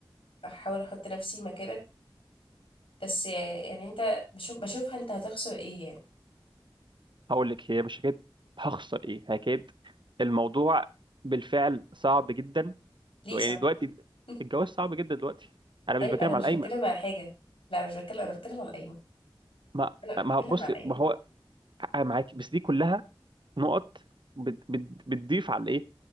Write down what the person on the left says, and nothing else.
احاول احط نفسي مكانك بس يعني انت بشوف بشوفها انت هتخسر ايه يعني
ليه
صح
<laughs>
طيب
انا مش
بتكلم
على حاجة لا مش بتكلم انا بتكلم على القايمة
انا بتكلم
على القايمة